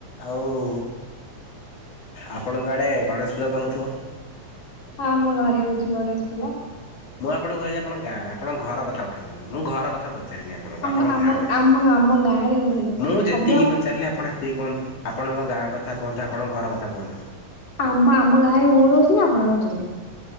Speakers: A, on the left; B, on the left.
A: ଆଉ। ଆପଣଙ୍କ ଆଡ଼େ ଗଣେଶ ପୂଜା ତ ହଉଥିବ।
B: ହଁ ଆମ ଘରେ ହଉଚି ଗଣେଶ ପିଲା।
A: ମୁଁ ଆପଣଙ୍କୁ କିହିଜି ଆପଣ ଗାଁରେ ଆପଣ ଘର କଥା ଉଠାନ୍ତୁ ନି ମୁଁ ଘର କଥା ପ ଚାରିନି ଆପଣଙ୍କୁ
B: ଆମ
A: ଆପଣଙ୍କ
B: ଆମ
A: ଗାଁ କଥା
B: ଆମ
A: କୁହନ୍ତୁ
B: ଆମ ଗାଁରେ ହଉନି।
A: ମୁଁ ଯେତିକି
B: ସବୁ ଆମ
A: ପଚାରିଲି ଆପଣ ହେ ତିକି କହନ୍ତୁ ଆପଣଙ୍କ ଗାଁ କଥା କୁହନ୍ତୁ ଆପଣଙ୍କ ଘର କଥା କୁହନ୍ତୁନି।
B: ଆମ ଆମ ଗାଁରେ ମୁଁ ରହୁଛି ନା ଆପଣ ରହୁଛନ୍ତି।